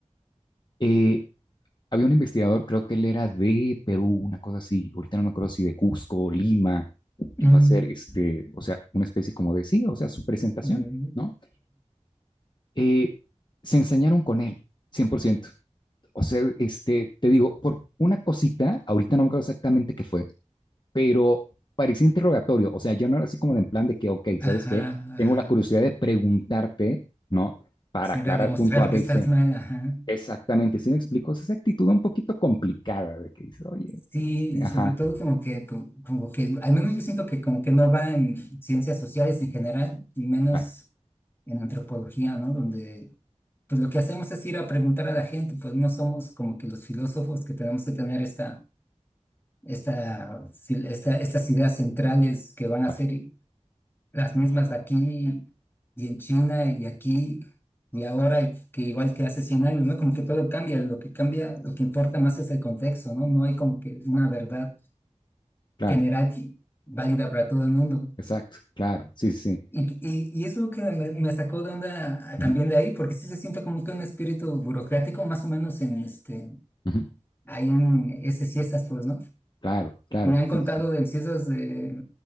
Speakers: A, on the left; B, on the left.
A: Eh, había un investigador, creo que él era de Perú, una cosa así, ahorita no me acuerdo si de Cusco, o Lima,
B: mm,
A: que fue a hacer, este, o sea, una especie como de, sí, o sea, su presentación,
B: eh,
A: ¿no? eh, se ensañaron con él, cien por ciento O sea, este, te digo, por una cosita, ahorita no me acuerdo exactamente qué fue, pero parecía interrogatorio. O sea, yo no era así como de en plan de que, ok,
B: Ajá,
A: ¿sabes qué?
B: ajá.
A: Tengo
B: ajá.
A: la curiosidad de preguntarte, ¿no? Para
B: Sí,
A: aclarar
B: era demostrar
A: punto A, B
B: que estás
A: y C.
B: mal, ajá.
A: Exactamente, ¿sí me explico? Es esa actitud un poquito complicada de que dice, oye,
B: Sí,
A: este,
B: y
A: ajá,
B: sobre todo como que, como, como que, al menos yo siento que como que no va en ciencias sociales en general, y menos
A: claro,
B: en antropología, ¿no? Donde pues lo que hacemos es ir a preguntar a la gente, pues no somos como que los filósofos que tenemos que tener esta, esta, si- esta- estas ideas centrales que van a
A: claro,
B: ser las mismas aquí y en China y aquí y ahora y que igual que hace 100 años, ¿no? Como que todo cambia, lo que cambia, lo que importa más es el contexto, ¿no? No hay como que una verdad
A: claro,
B: general y válida para todo el mundo.
A: exacto, claro, sí, sí, sí,
B: Y, y, y eso es lo que me, me sacó de onda ah,
A: ujú,
B: también de ahí, porque sí se siente como que un espíritu burocrático, más o menos en este,
A: ujú,
B: ahí en esas siestas, pues, ¿no?
A: claro, claro,
B: Me han
A: sí,
B: contado
A: sí, sí,
B: de siestas de